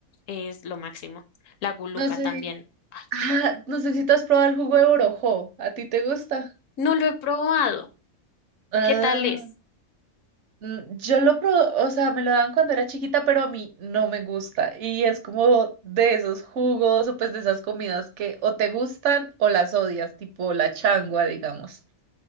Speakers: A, on the left; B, on the right.
A: Es lo máximo. La gulupa
B: No sé.
A: también. Ay,
B: Ah,
A: no, me-
B: no sé si tú has probado el jugo de borojó. ¿A ti te gusta?
A: no lo he probado.
B: Ah,
A: ¿Qué tal es?
B: mm, yo lo probé, o sea, me lo daban cuando era chiquita, pero a mí no me gusta. Y es como de esos jugos o pues de esas comidas que o te gustan o las odias, tipo la changua, digamos.